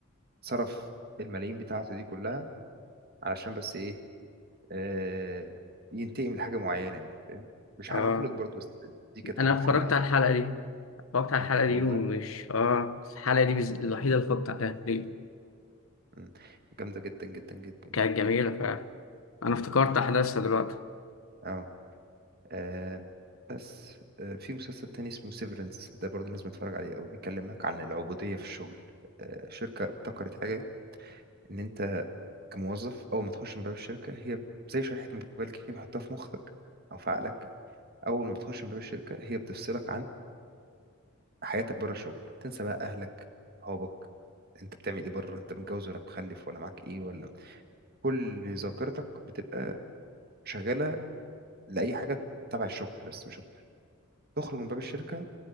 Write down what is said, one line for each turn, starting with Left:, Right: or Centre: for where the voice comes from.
Right: صرف الملايين بتاعته دي كلها علشان بس ايه آه ينتقم لحاجة معينة يعني فاهم مش هحرقهولك
Left: اه
Right: برضه بس دي كانت
Left: انا
Right: اجمد
Left: اتفرجت
Right: حلقة يعني
Left: على الحلقة دي اتفرجت على
Right: مم.
Left: الحلقة دي
Right: والله
Left: ومش اه الحلقة دي بز... الوحيدة اللي اتفرجت عليها دي
Right: مم. جامدة جدا جدا جدا
Left: كانت
Right: يعني
Left: جميلة فعلا انا
Right: مم.
Left: افتكرت
Right: مم.
Left: احداثها دلوقتي
Right: اه آه بس آه في مسلسل تاني اسمه سيفرنس ده برضه لازم تتفرج عليه أوي بيكلمك عن العبودية في الشغل آه شركة ابتكرت حاجة إن أنت كموظف أول ما تخش من باب الشركة هي زي شريحة موبايل كده بيحطها في مخك أو في عقلك أول ما بتخش من باب الشركة هي بتفصلك عن حياتك بره الشغل تنسى بقى أهلك صحابك أنت بتعمل إيه بره أنت متجوز ولا مخلف ولا معاك إيه ولا كل ذاكرتك بتبقى شغالة لأي حاجة تبع الشغل بس مش أكتر تخرج من باب الشركة